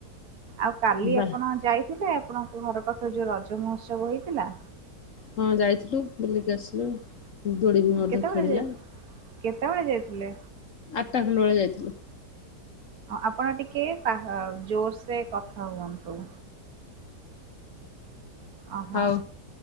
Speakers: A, on the right (about 60°); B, on the left (about 55°).
A: ଆଉ କାଲି
B: ବା
A: ଆପଣ ଯାଇଥିଲେ ଆପଣଙ୍କ ଘର ପାଖରେ ଯୋଉ ରଜ ମହୋତ୍ସବ ହେଇଥିଲା?
B: ହଁ ଯାଇଥିଲୁ ବୁଲିକି ଆସିଲୁ। ଦୋଡି ବି ମଧ୍ୟ
A: କେତେବେଳେ
B: ଖେଳିଲା
A: ଯାଇ କେତେବେଳେ ଯାଇଥିଲେ?
B: ଆଠଟା ଖଣ୍ଡ ବେଳେ ଯାଇଥିଲୁ।
A: ଆପଣ ଟିକେ ପା ଜୋର ସେ କଥା ହୁଅନ୍ତୁ। ଓହୋ
B: ହଉ